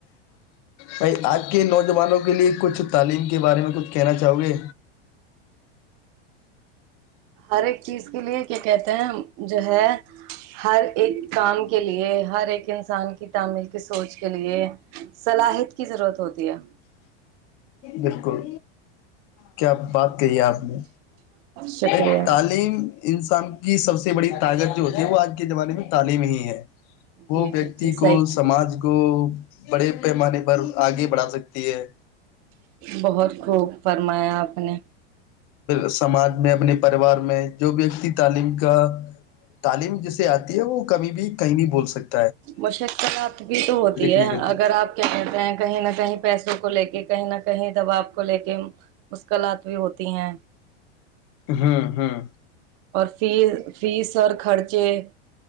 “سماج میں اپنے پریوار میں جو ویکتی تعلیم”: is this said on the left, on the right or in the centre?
Left